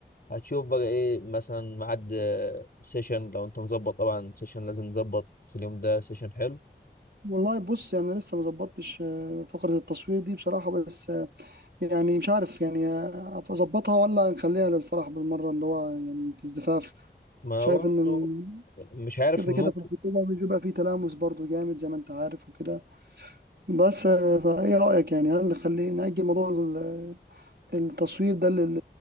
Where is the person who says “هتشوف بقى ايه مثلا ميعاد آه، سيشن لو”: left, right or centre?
Left